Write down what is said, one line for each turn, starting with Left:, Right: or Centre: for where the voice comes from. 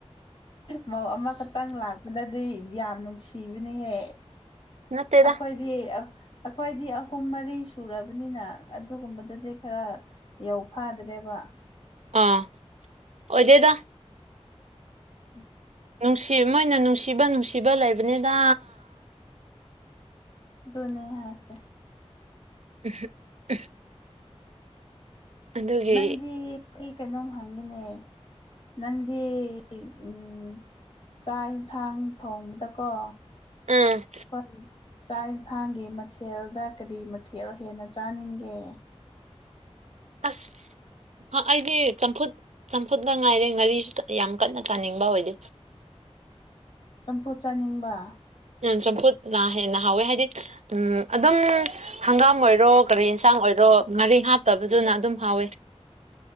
Left: ꯃꯧ ꯑꯃꯈꯛꯇꯪ ꯂꯥꯛ ꯄꯅꯗꯤ ꯌꯥꯝ ꯅꯨꯡꯁꯤꯕꯅꯤꯍꯦ
Right: ꯅꯠꯇꯦꯗ
Left: ꯑꯩꯈꯣꯏ ꯍꯥꯏꯗꯤ ꯑꯩꯈꯣꯏꯗꯤ ꯑꯍꯨꯝ ꯃꯔꯤ ꯁꯨꯔꯕꯅꯤꯅ ꯑꯗꯨꯒꯨꯝꯕꯗꯗꯤ ꯈ꯭ꯔꯥ ꯌꯧ ꯐꯥꯗ꯭ꯔꯦꯕ
Right: ꯑꯥ ꯑꯣꯗꯦꯗ
Left: <inaudible>
Right: ꯅꯨꯡꯁꯤ ꯃꯣꯏꯅ ꯅꯨꯡꯁꯤꯕ ꯅꯨꯡꯁꯤꯕ ꯂꯩꯕꯅꯤꯗ
Left: ꯗꯨꯅꯦ ꯍꯥꯏꯁꯦ
Right: <unintelligible> ꯑꯗꯨꯒꯤ
Left: ꯅꯪꯗꯤ ꯑꯩ ꯀꯩꯅꯣꯝ ꯍꯪꯒꯦꯅꯦ ꯅꯪꯗꯤ ꯎꯝ ꯆꯥꯛ ꯌꯦꯟꯁꯥꯡ ꯊꯣꯡꯕꯗꯀꯣ
Right: ꯎꯝ
Left: ꯍꯣꯏ ꯆꯥꯛ ꯌꯦꯟꯁꯥꯡꯒꯤ ꯃꯊꯦꯜꯗ ꯀꯔꯤ ꯃꯊꯦꯜ ꯍꯦꯟꯅ ꯆꯥꯅꯤꯡꯒꯦ
Right: ꯑꯁ ꯑꯩꯗꯤ ꯆꯝꯐꯨꯠ ꯆꯝꯐꯨꯠꯇꯅ ꯉꯥꯏꯔꯦ ꯉꯥꯔꯤꯁꯨ ꯌꯥꯝ ꯀꯟꯅ ꯆꯥꯅꯤꯡꯕ ꯑꯣꯏꯗꯦ
Left: ꯆꯝꯐꯨꯠ ꯆꯥꯅꯤꯡꯕ
Right: ꯎꯝ ꯆꯝꯐꯨꯠꯅ ꯍꯦꯟꯅ ꯍꯥꯎꯋꯦ ꯍꯥꯏꯗꯤ ꯎꯝ ꯑꯗꯨꯝ ꯍꯪꯒꯥꯝ ꯑꯣꯏꯔꯣ ꯀꯔꯤ ꯌꯦꯟꯁꯥꯡ ꯑꯣꯏꯔꯣ ꯉꯥꯔꯤ ꯍꯥꯞꯇꯕꯗꯨꯅ ꯑꯗꯨꯝ ꯍꯥꯎꯋꯦ